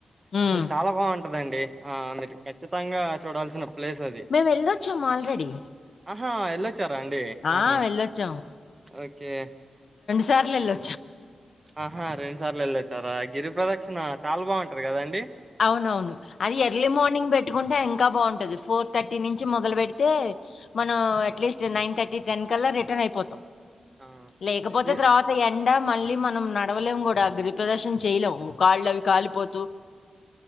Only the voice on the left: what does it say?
హ్మ్.
మేము వెళ్ళొచ్చాము ఆల్రెడీ
ఆ!
వెళ్ళొచ్చాం.
సార్లేలో
అవును అవును అది ఎర్లీ మార్నింగ్ పెట్టుకుంటే ఇంకా బాగుంటంది ఫోర్ థర్టీ నుంచి మొదలు పెడితే మనం అట్లీస్ట్ నైన్ థర్టీ టెన్ కల్లా రిటర్న్ అయిపోతాం
లేకపోతే తర్వాత ఎండ మళ్ళీ మనం నడవలేం కూడా ప్రదర్శన చేయలేం కాళ్ళ అవి కాలిపోతూ